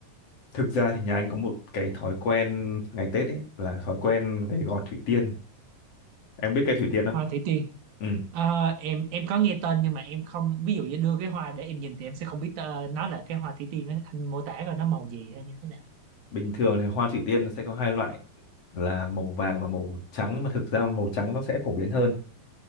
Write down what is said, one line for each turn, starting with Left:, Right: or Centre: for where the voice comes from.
Left: thực ra thì nhà anh có một cái thói quen ngày Tết ấy là thói quen về gọt thủy tiên em biết cây thủy tiên không
Right: hoa thủy tiên
Left: ừ
Right: Ờ, em em có nghe tên nhưng mà em không ví dụ như đưa cái hoa để em nhìn thì em sẽ không biết ờ, nó là cái hoa thủy tiên á. anh mô tả rồi nó màu gì hay như thế nào
Left: bình thường thì hoa thủy tiên nó sẽ có hai loại là màu vàng và màu trắng nhưng mà thực ra màu trắng nó sẽ phổ biến hơn